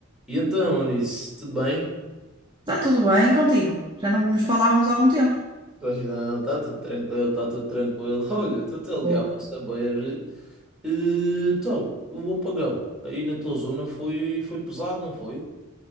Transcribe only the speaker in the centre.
E então, Onis, tudo bem?
Pois não, está tudo tranquilo, está tudo tranquilo. <laughs> Olha, estou-te a ligar
para saber. eh, Então, o apagão aí na tua zona foi, foi pesado, não foi?